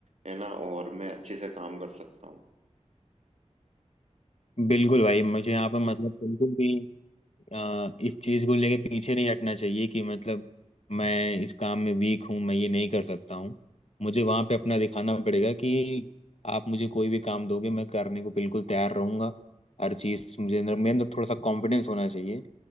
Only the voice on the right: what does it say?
है ना और मैं अच्छे से काम कर सकता हूँ